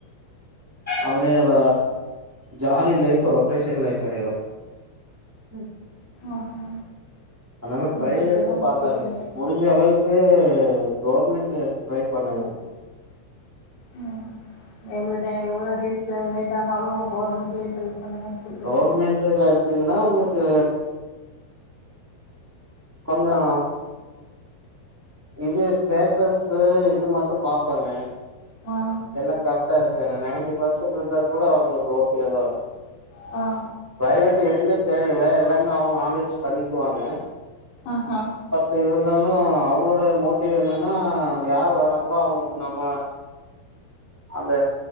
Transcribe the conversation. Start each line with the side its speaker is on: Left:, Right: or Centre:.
Centre: அப்டியே ர ஜாலி லைஃப் ரொட்டேஷன் லைஃ ஆயிரு ம்
Left: ஆஹா
Centre: அதனால
Left: நீங்க
Centre: ப்ரைவேட்டு
Left: அப்டிதா
Centre: பாக்காதீங்க
Left: மாட்டிட்டீங்க
Centre: முடிஞ் முடிஞ்ச அளவுக்கு கவர்மெண்ட்ல ட்ரை பண்ணுங்க
Left: ம் எவ்ளோ டே எவ்ளோ டேஸ்ல லேட் ஆனாலு கவுர்மெண்ட்லயே ட்ரை பண்ணுங்கன்னு சொல்றீங்க
Centre: கவுர்மெண்ட்டுல எடுத்தீங்கன்னா உங்களுக்கு கொஞ்சோ இது பேப்பர்ஸ்சு இது மட்டு பாப்பாய்ங்க
Left: மா
Centre: எல்லா கரெக்டா இருக்கான நையண்டி பர்சென்ட் இருந்தா கூட அவங்களுக்கு ஓகே தா
Left: ஆ
Centre: ப்ரைவ்வேட்டு எதுவுமே தேவையில்ல எல்லாமே அவங்க ஆள் வச்சு பண்ணிக்குவாங்க
Left: ஆஹா
Centre: பத்து இருந்தாலு அவங்களோட மோட்டிவ் என்னன்னா யார் வறாங்களோ அவங்களுக்கு நம்ம அந்த